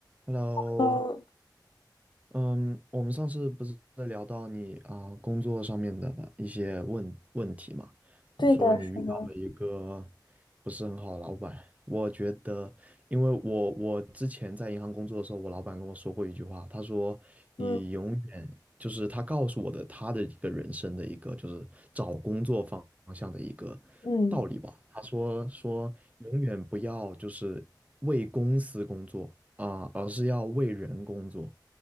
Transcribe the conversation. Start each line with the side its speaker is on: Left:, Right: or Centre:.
Right: Hello，
Left: 呃，
Right: 嗯，我们上次不是在聊到你啊、工作上面的一些问问题嘛？你说你遇到了一个
Left: 对的，是的，
Right: 不是很好的老板，我觉得，因为我我之前在银行工作的时候，我老板跟我说过一句话，他说你永远就是他告诉我的他的一个人生的一个就是找工作方向的一个
Left: 嗯嗯
Right: 道理吧。他说说永远不要就是为公司工作啊、而是要为人工作。